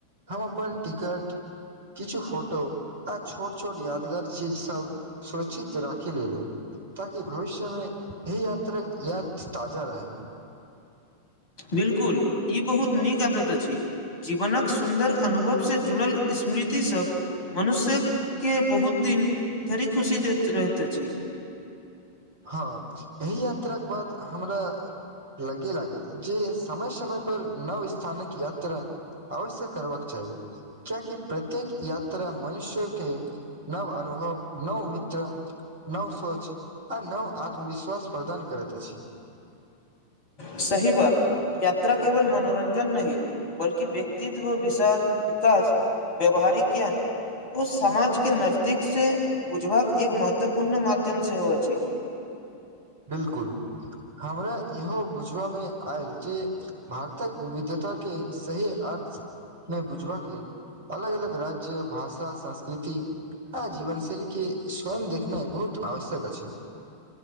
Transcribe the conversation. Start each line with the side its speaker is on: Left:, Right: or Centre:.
Right: हम अपन टिकट किछु फोटो त छोट छट छोट यादगार चीज सब सुरक्षित राखि लेलु ताकि भविष्यमे यदी यात्रा के याद ताजा रहै
Left: बिलकुल ई बहुत नीक आदत अछि जीवनक सुन्दर अनुभव से जुड़ल स्मृतिसभ मनुष्य के बहुत दिन धरि खुशी दैत रहैत अछि
Right: हँ एहिह यात्राके बाद हमरा लगे लागल जे समय समय पर नव स्थानक यात्रा अवश्य करबाक चाही कियाकि प्रत्येक यात्रा मनुष्य के नव अनु नव अनुभव नव मित्र नव सोच आ नव आत्मविश्वास प्रदान करैत अछि
Left: सही बात यात्रा केवल मनोरञ्जन नहि बल्कि व्यक्तित्व विषय विकास व्यवहारिक ज्ञान ओ समाज के नजदीक से बुझबाक एक महत्वपूर्ण माध्यम सेहो अछि
Right: <inaudible> बिलकुल हमरा इहो बुझबामे आयल जे भारतक विविधता ता के सही अर्थ मे बुझबाक लेल अलग अलग राज्य भाषा संस्कृति हँ जीवनशैली के स्वयं देखने बहुत आवश्यक अछी